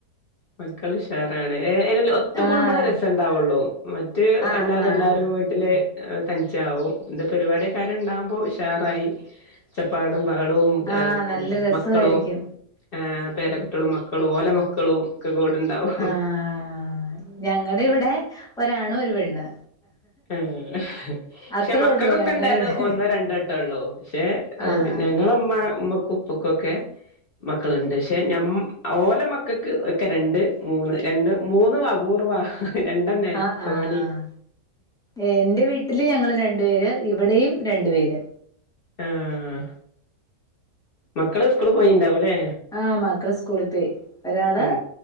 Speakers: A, on the left; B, in the centre.
A: മക്കള് ഉഷാറാണ് എ എൽ ഒത്ത് കൂടുമ്പളാരസം
B: ആഹ്
A: ണ്ടാവൊള്ളൂ മറ്റെ
B: ആഹ്
A: എല്ലാരും
B: ആഹ്
A: എല്ലാരും വി ട്ട്ലെ തനിച്ചാവും ഇന്ത പര്പാടിക്കാരും ണ്ടാകുമ്പോ ഉഷാറായി ഒച്ചപ്പാടും ബഹളേം
B: ആഹ്
A: എ പിന്നെ
B: നല്ല രസമായിരിക്കും
A: മക്കളും ആഹ് പേരക്കുട്ടികളും മക്കളും ഓലെമക്കളും ഒക്കെ കൂടെണ്ടാവും.
B: ആഹ് ഞങ്ങടെ ഇവ്ടെ ഒരാണും ഒര് പെണ്ണ്
A: ഉം പക്ഷെ
B: അത്രേ
A: മക്കക്കൊക്കെ
B: ഉള്ളൂ ഞങ്ങടെ
A: ഇണ്ടായത്
B: ഇവിടെ
A: ഒന്നോ രണ്ടട്ടം ഒള്ളൂ പക്ഷെ
B: ആഹ് ആഹ്
A: ഞങ്ങള്മ്മ ഉമ്മക്കും പുക്കൊക്കെ മക്കള്ണ്ട് പക്ഷെ ഞ ഓലെ മക്കൾക്ക് ഒക്കെ രണ്ട് മൂന്ന് രണ്ട് മൂന്ന് വപൂർവ രണ്ടന്നെ
B: ആഹ്
A: തോണി
B: ആഹ് എന്റെ വീട്ടില് ഞങ്ങള് രണ്ടു പേര് ഇവിടെയും രണ്ടു പേര്
A: ആഹ് മക്കള് സ്കൂള് പോയിണ്ടാവല്ലേ
B: ആഹ് മക്കള സ്കൂളിൽ പോയി ഒരാള്
A: ഉം